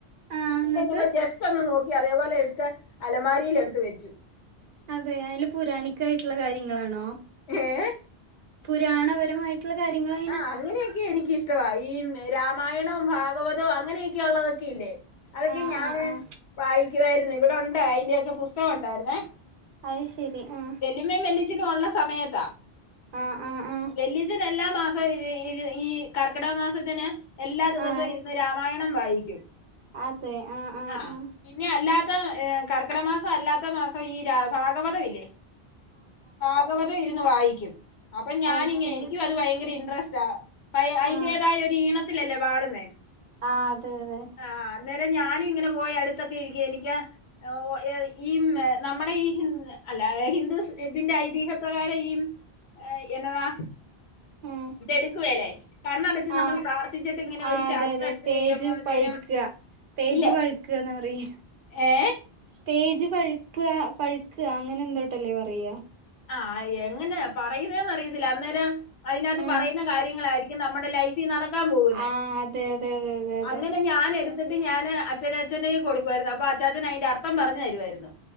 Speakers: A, on the right (about 60°); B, on the left (about 90°).
A: ആഹ്
B: കിട്ടി
A: എന്നിട്ട്
B: കഴിഞ്ഞപ്പൊ ജസ്റ്റൊന്ന് നോക്കി അതേപോലെ എട്ത്ത് അലമാരീലെടുത്ത് വെച്ചു
A: അതേ അതില് പുരാണിക്കായിട്ട്ള്ള കാര്യങ്ങളാണോ
B: ഏഹ്
A: പുരാണപരമായിട് ട്ടുള്ള കാര്യങ്ങള്
B: ആ അങ്ങനെയൊക്കെ എനിക്കിഷ്ടവാ ഈ രാമായണോം ഭാഗവതോം അങ്ങനെയൊക്കെയൊള്ളതൊക്കെയില്ലേ അതൊക്കെ
A: ആഹ്
B: ഞാന്
A: ആഹ് ആഹ്
B: വായിക്കുവായിരുന്നു ഇവിടൊണ്ട് അയിന്റെയൊക്കെ പുസ്ത കം ഒണ്ടായിരുന്നേ
A: അത് ശരി ആ
B: വെല്ലിമ്മേം വെല്ലിച്ചനും ഒള്ള സമയത്താ,
A: ആ ആ ആ
B: വെല്ലിച്ചനെല്ലാ മാസ് ഇപ്പ ഈ ഈ കർക്കിടക മാസത്തിന് എല്ലാ ദിവസവും
A: ആ
B: ഇരുന്ന് രാമായണം വായിക്കും
A: അതെ ആ ആ
B: ആഹ്
A: ആ
B: പിന്നെ അല്ലാതെ കർക്കിടമാസം അല്ലാത്ത മാസം ഈ രാ ഭാഗവതം ഇല്ലേ ഭാഗവതം ഇരു ന്നു വായിക്കും അപ്പ ഞാനിങ്ങ
A: അത് ശരി
B: എനിക്കും അതു ഭയങ്കര ഇന്ട്രെസ്റ്റാ അയ് അയിന്റെതായ
A: ആ
B: ഒരീണ ത്തിയല്ലേ പാടുന്നേ
A: ആ അതെ അതെ
B: ആ അന്നേരം ഞാനും ഇങ്ങനെ പോയി അടുത്തൊക്കെ ഇരിക്കും എനിക്ക് ആ ഒ ഈ നമ്മടെയീ ഹിന്ദ അല്ല ഹിന്ദുസ് ഇതിന്റെ ഐതിഹ്യം പ്രകാരം ഈ എന്നതാ
A: ഉം
B: ഇതെടുക്കുവേലേ, കണ്ണടച്ച് നമ്മൾ
A: ആ
B: പ്രാർത്ഥിച്ചിട്ട് ഇങ്ങനെ
A: ആ
B: ഒരു
A: അതെ
B: ചാപ്റ്ററെടുത്ത്
A: അതെ പേജ്
B: കഴിയുമ്പോഴത്തേനും
A: പഴുക്കുക പേജ്
B: ഇല്ലേ
A: വഴുക്കുക എന്ന് പറയും.
B: ഏ
A: പേജ് വഴുക്കുക പഴുക്കുക അങ്ങനെ എന്തോട്ടല്ലേ പറയ
B: ആ എങ്ങനെയാ പറയുന്നേന്നറിയത്തില്ല അന്നേരം അതിനകത്ത്
A: ആ
B: പറയുന്ന കാര്യങ്ങളായിരിക്കും നമ്മുടെ ലൈഫ് ഇ നടക്കാൻ പോകുന്നെ
A: ആ അതെ അതെ അതെ അതെ അതെ
B: അങ്ങനെ ഞൻ എടു ട്ടു ഞാന് അച്ഛന അച്ഛന്റെയ് കൊടുക്കുവായിരുന്നു അപ്പൊ അച്ചാഛൻ അയിന്റെ അർത്ഥം പറഞ്ഞു തരുവായിരുന്നു.